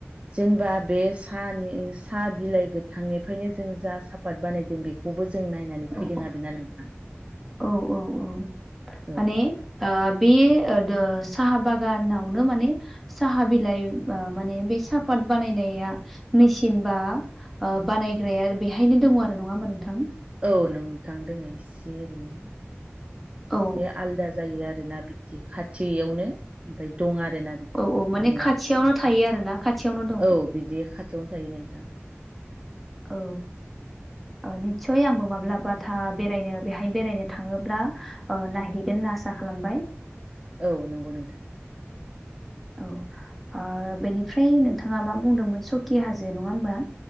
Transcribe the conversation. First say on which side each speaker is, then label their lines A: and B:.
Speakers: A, on the right (about 25°); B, in the centre.
A: जोंबा बे सानि साहा बिलाइ गोथांनिफायनो जों जा साप पाद बानायदों बेखौबो जों नायनानै
B: औ
A: फैदों आरोना नोंथां।
B: औ औ औ
A: औ
B: माने आ बे ओ दोस साहा बागानावनो माने साहा बिलाइ माने बे साहापात बानायनाया मेसिन बा ओ बानायग्राया बेहायनो दङ आरो नङा होमा नोंथां
A: औ नोंथां दोङो इसे ओरैनो इसे
B: औ
A: आलदा जायो आरोना बिदि खाथियावनो ओमफाय दं आरोना। बिदि
B: औ औ माने
A: बानायनो
B: खाथियावनो थायो आरो ना खाथियावनो दं।
A: औ बिदि खाथियावनो थायो नोंथां।
B: औ आ निस्सय आंबो माब्लाबाथा बेरायनो बेहाय बेरायनो थाङोब्ला ओ नायहैगोनना आसा खालामबाय <inaudible>
A: औ नंगौ नोंथां
B: <inaudible> औ आ बेनिफ्राय नोंथाङा मा बुंदोंमोन सकि हाजो नङा होमबा